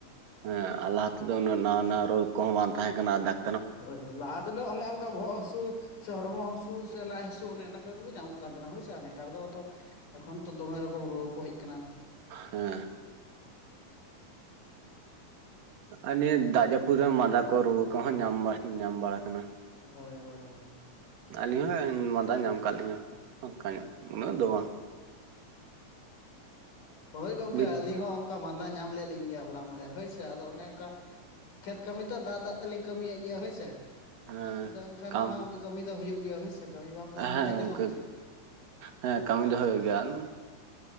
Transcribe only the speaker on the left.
ᱦᱳᱭ ᱦᱳᱭ ᱞᱟᱦᱟ ᱛᱮᱫᱚ ᱚᱱᱮ ᱚᱝᱠᱟ ᱵᱚᱦᱚᱜ ᱦᱟᱹᱥᱩ ᱥᱮ ᱦᱚᱲᱢᱚ ᱦᱟᱹᱥᱩ ᱥᱮ ᱞᱟᱡ ᱦᱟᱹᱥᱩ ᱚᱱᱮ ᱚᱱᱟ ᱠᱚᱜᱮ ᱧᱟᱢᱚᱜᱼᱼ ᱠᱟᱱ ᱛᱟᱦᱮᱱᱟ ᱦᱳᱭ ᱥᱮ ᱱᱮᱛᱟᱨ ᱫᱚ ᱮᱠᱷᱚᱱ ᱛᱚ ᱫᱚᱢᱮ ᱨᱚᱠᱚᱢ ᱨᱩᱣᱟᱹ ᱠᱚ ᱦᱮᱡ ᱠᱟᱱᱟ ᱾
ᱩᱸ ᱩᱸ᱾
ᱦᱳᱭ ᱦᱳᱭ ᱦᱳᱭ᱾
<inaudible> ᱦᱳᱭ ᱜᱚᱝᱠᱮ
ᱟᱹᱞᱤᱧ ᱦᱚᱸ ᱚᱝᱠᱟ ᱢᱟᱸᱫᱟ ᱧᱟᱢ ᱞᱮᱫ ᱞᱤᱧ ᱜᱮᱭᱟ ᱦᱚᱞᱟ ᱢᱟᱸᱫᱷᱮᱨ ᱦᱳᱭ ᱥᱮ ᱟᱫᱚ ᱚᱱᱮ ᱚᱝᱠᱟ ᱠᱷᱮᱛ ᱠᱟᱹᱢᱤ ᱛᱚ ᱫᱟᱜ ᱫᱟᱜ ᱛᱮᱞᱤᱧ ᱠᱟᱹᱢᱤ ᱭᱮᱜ ᱜᱮᱭᱟ ᱦᱳᱭ ᱥᱮ ᱾
ᱟᱫᱚ ᱮᱱᱠᱷᱟᱱ
ᱫᱚ ᱦᱟᱸᱜ ᱠᱟᱹᱢᱤ ᱫᱚ ᱦᱩᱭᱩᱜ ᱜᱮᱭᱟ ᱦᱳᱭ ᱥᱮ ᱠᱟᱹᱢᱤ ᱵᱟᱢ ᱠᱟᱹᱢᱤ ᱞᱮᱠᱷᱟᱡ
ᱡᱚᱢᱟᱢ
ᱪᱤᱜ?